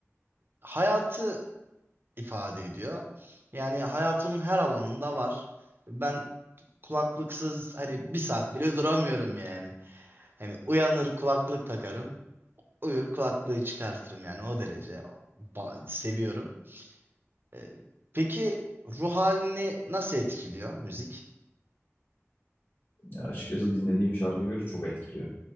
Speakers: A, on the right; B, on the left.
A: hayatı ifade ediyor. Yani hayatımın her alanında var. Ben kulaklıksız hani bir saat bile duramıyorum yani. Hani uyanır kulaklık takarım, uyur kulaklığı çıkartırım yani o derece ba- seviyorum. Ee, peki ruh halini nasıl etkiliyor müzik?
B: Ya açıkçası dinlediğim şarkıya göre çok etkiliyor.